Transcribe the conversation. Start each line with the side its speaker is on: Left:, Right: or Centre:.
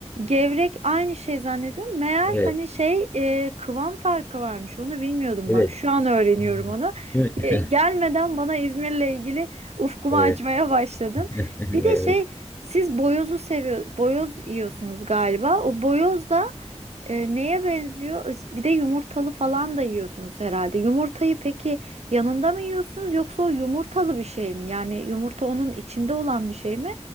Right: gevrek aynı şey zannediyorum. Meğer
Left: Evet,
Right: hani şey e, kıvam farkı varmış. Onu bilmiyordum
Left: evet.
Right: bak. Şu an öğreniyorum
Left: Hmm.
Right: onu.
Left: Değil
Right: E,
Left: mi?
Right: gelmeden
Left: <laughs>
Right: bana İzmir'le ilgili ufkumu
Left: Evet.
Right: açmaya başladın.
Left: <laughs> Evet.
Right: Bir de şey siz boyozu seviyor boyoz yiyorsunuz galiba. O boyoz da e, neye benziyor? Bir de yumurtalı falan da yiyorsunuz herhalde. Yumurtayı peki yanında mı yiyorsunuz yoksa o yumurtalı bir şey mi? Yani yumurta onun içinde olan bir şey mi?